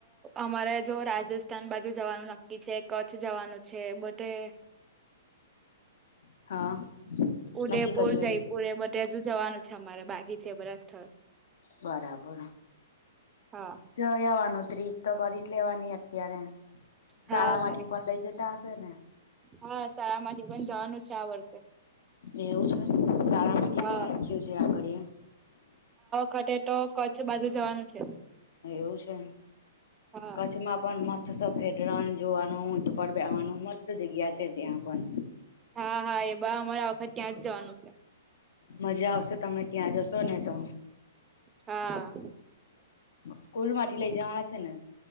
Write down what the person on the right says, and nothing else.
અમારે જો રાજસ્થાન બાજુ જવાનું નક કી છે, કચ્છ જવાનું છે બધે
ઉદેયપુર,
જયપુર
એ બધે હજુ જવાનું છે, અમારે બાકી છે બધા સ્થળ
હા
હા વરી
હા શાળામાંથી પણ જવાનું છે આ વર્ષે,
હા
ઘટે તો કચ્છ બાજુ જવાનું છે.
હા
હા હા એ બા અમારા વખત ત્યાં જ જવાનું છે.
હા